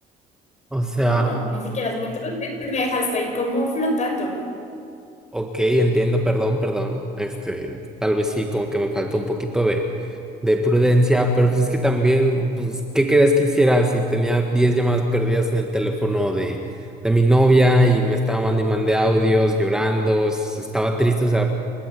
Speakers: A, in the centre; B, on the left (about 45°).
A: O sea,
B: No, ni siquiera es mi introducción. Me dejaste ahí como flotando.
A: Ok, entiendo, perdón, perdón. Este, tal vez sí, como que me faltó un poquito de, de prudencia, pero pues es que también, pues, ¿qué crees que hiciera si tenía 10 llamadas perdidas en el teléfono de, de mi novia y me estaba mandando y mandé audios llorando, s- estaba triste, o sea,